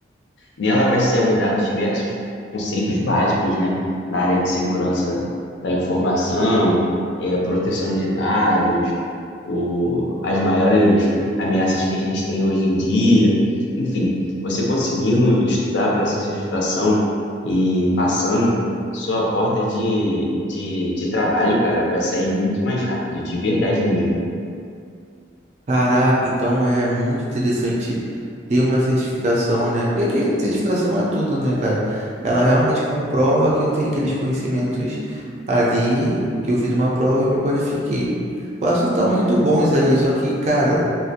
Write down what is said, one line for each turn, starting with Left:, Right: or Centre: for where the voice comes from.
Left: Nela vai ser abordados diversos conceitos básicos, né, na área de segurança da informação, é, proteção de dados, o, as maiores ameaças que a gente tem hoje em dia, enfim, você conseguindo estudar para essa certificação e passando, sua porta de, de, de trabalho, cara, vai sair muito mais rápido, de verdade mesmo.
Right: Caraca, então é muito interessante ter uma certificação, né? Porque aqui, certificação é tudo, né, cara? Ela realmente comprova que eu tenho aqueles conhecimentos ali, que eu fiz uma prova e me qualifiquei. O assunto tá muito bom isso aí, só que, cara,